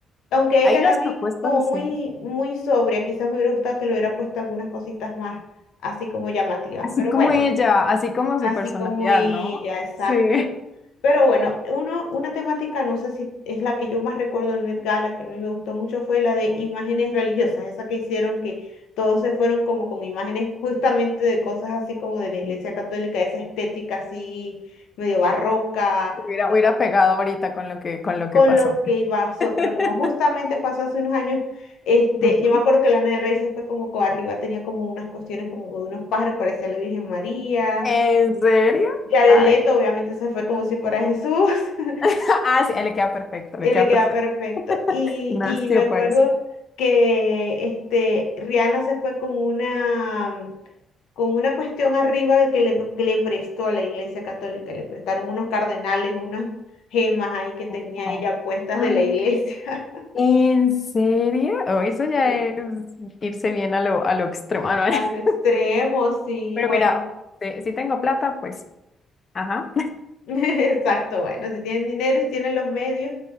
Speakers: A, on the left; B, on the left.
A: Aunque
B: Hay
A: ella
B: unas
A: la vi
B: propuestas
A: como
B: así,
A: muy, muy sobria, quizás me hubiera gustado que le hubiera puesto algunas cositas más así como llamativas,
B: así
A: pero
B: como
A: bueno.
B: ella, así como
A: Así
B: su personalidad,
A: como ella,
B: ¿no?
A: exacto.
B: Sí.
A: Pero bueno, uno, una temática, no sé si es la que yo más recuerdo en Met Gala, que a mí me gustó mucho, fue la de imágenes religiosas, esa que hicieron que todos se fueron como con imágenes <laughs> justamente de cosas así como de la Iglesia
B: Sí.
A: Católica, esa estética así medio barroca,
B: Hubiera,
A: como
B: hubiera pegado ahorita con lo que, con lo
A: con
B: que pasó.
A: lo que
B: <laughs>
A: pasó, pero como justamente pasó hace unos años, este,
B: Ujú.
A: yo me acuerdo que Lana del Rey se fue como co- arriba, tenía como unas cuestiones como con unos pájaros, parecía la Virgen María
B: ¿En serio?
A: Jared
B: Ay.
A: Leto obviamente se fue como si fuera Jesús, <laughs>
B: <laughs> Ah, sí, le queda perfecto, le
A: él
B: queda
A: le queda
B: perfecto.
A: perfecto. Y,
B: <laughs> Nació
A: y me acuerdo
B: para eso.
A: que este, Rihanna se fue con una, con una cuestión arriba que le, que le prestó la Iglesia Católica, le prestaron unos cardenales, unas gemas ahí que tenía
B: Wow.
A: ella puestas
B: Ah,
A: de la iglesia. <laughs>
B: ¿En serio? Oh, eso ya
A: Sí,
B: es irse bien a lo, a lo extremo, ah, ¿no? <laughs>
A: A lo extremo, sí,
B: Pero
A: bueno.
B: mira, si, si tengo plata, pues, ajá.
A: <laughs> Exacto, bueno, si tienen dinero y si tienen los medios,